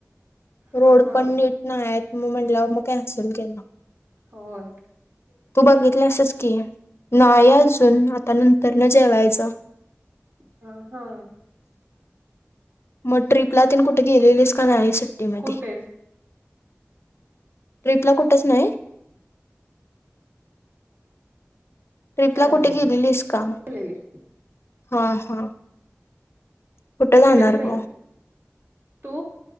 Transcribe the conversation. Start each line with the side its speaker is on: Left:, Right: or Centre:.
Left: रोड
Right: हा हा,
Left: पण नीट नाही आहेत मग म्हंटलं मग कॅन्सल केलं
Right: होय
Left: तू बघितलं असच की नाहीय अजून त्या नंतर न जेवायचं
Right: हा हा
Left: मग ट्रिपला तीन कुठे गेलेलेस का नाही सुट्टीमध्ये
Right: कुठेच
Left: ट्रिपला कुठच नाही. ट्रिपला
Right: नाही अजून
Left: कुठे गेलेलीस का
Right: लेले
Left: हा हा कुठ
Right: कुठेच
Left: जाणार
Right: नाही
Left: म?
Right: तू